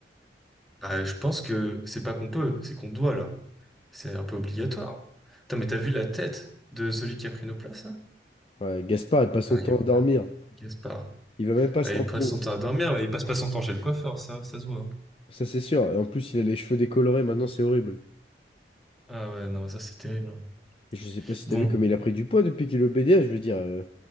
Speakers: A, in the centre; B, on the left.
A: Bah, je pense que c'est pas qu'on peut, c'est qu'on doit, là. C'est un peu obligatoire. Putain, mais t'as vu la tête de celui qui a pris nos places, là?
B: Ouais, Gaspard, il passe
A: Putain,
B: son temps
A: il y a quoi,
B: à dormir.
A: là Gaspard.
B: Il va même pas
A: Ah,
B: se
A: il
B: rendre
A: passe
B: compte.
A: son temps à dormir, mais il passe pas son temps chez le coiffeur, ça, ça se voit.
B: Ça, c'est sûr. Et en plus, il a les cheveux décolorés, maintenant, c'est horrible.
A: Ah ouais, non, ça, c'est terrible. hein.
B: Et je sais pas si
A: Bon,
B: t'as vu comme il a pris du poids depuis qu'il est au BDS. Je veux dire, euh,